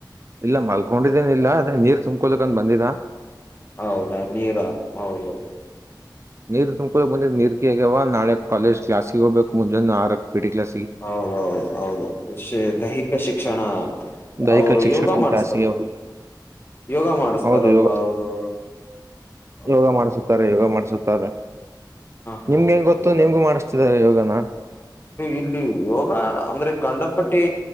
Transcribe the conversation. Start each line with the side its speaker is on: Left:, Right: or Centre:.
Right: ಇಲ್ಲ ಮಲ್ಕೊಂಡಿದ್ದೇನಿಲ್ಲಲ್ಲ ಅದೆ ನೀರ್ ತುಂಬಕೊಳಕ ಅಂತ ಬಂದಿದ
Left: ಹೌದಾ ನೀರಾ ಹೌದೌದು
Right: ನೀರ್ ತುಂಬಕೊಬೇಕ ಬಂದಿ ನೀರ್ ಹಗ್ಯಾವ ನಾಳೆ ಕಾಲೇಜ್ಲಾಸಿಗೆ ಹೋಗ್ಬೇಕ ಮುಂಜಾನೆ ಆರ ಪಿಟಿ ಕ್ಲಾ
Left: ಹೌದೌದು ಹೌದು ಅ ದೈಹಿಕ ಶಿಕ್ಷಣ
Right: ದೈಹಿಕ
Left: ಅವರು
Right: ಶಿಕ್ಷಣ
Left: ಯೋಗ ಮಾಡಸ್ಥಾರೆ
Right: ಕ್ಲಾಸಿಗೆ
Left: ಯೋಗ ಮಾಡಿಸತಾರಲ್ವಾ
Right: ಹೌದು ಯೋಗ
Left: ಅವರು ಹ
Right: ಯೋಗ
Left: ಹ
Right: ಮಾಡ್ಸುತ್ತಾರೆ ಯೋಗ ಮಾಡ್ಸುತ್ತ
Left: ಹಾ
Right: ನಿಮ್ಗೆ
Left: ಹೌದಾ
Right: ಹೆಂಗ ಗೊತ್ತು
Left: ಯೋಗ
Right: ನಿಮ್ಗು ಮಾಡಿಸ್ತಿದ್ದಾರೆ ಯೋಗನ
Left: ಇಲ್ಲಿ ಯೋಗ ಅಂದ್ರೆ ಕಂಡಪಟ್ಟಿ